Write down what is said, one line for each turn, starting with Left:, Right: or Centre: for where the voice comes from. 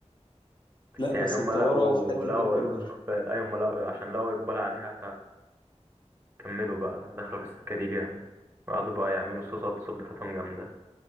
Right: بس
Left: لا بس
Right: يعني هما
Left: اتطوروا
Right: لقوا
Left: قوي في حته
Right: لقوا
Left: البرجر
Right: اقبال اي هما لقوا عشان لقوا اقبال عليها فكملوا بقى دخلوا في السكة دي جامد وقعدوا بقى يعملوا صوصات الصوت بتاعتهم جامدة